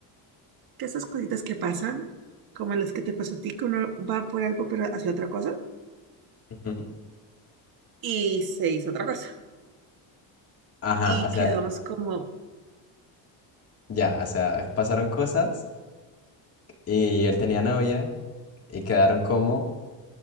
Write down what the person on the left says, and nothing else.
Ujú.
Ajá,
o sea,
ya, o sea, pasaron cosas y él tenía novia y quedaron como,